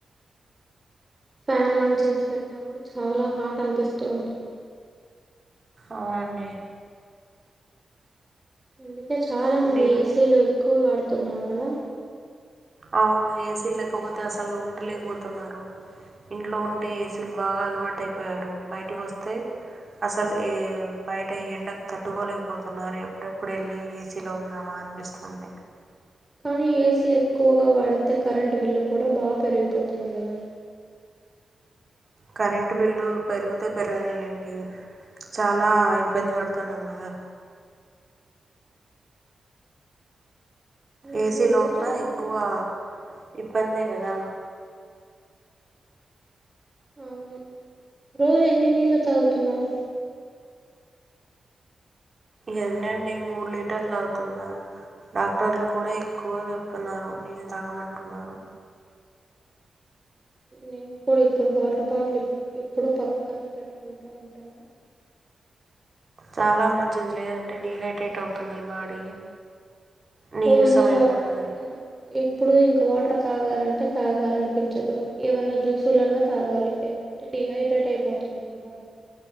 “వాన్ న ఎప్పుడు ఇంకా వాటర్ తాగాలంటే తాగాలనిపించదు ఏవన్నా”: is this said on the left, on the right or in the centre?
Right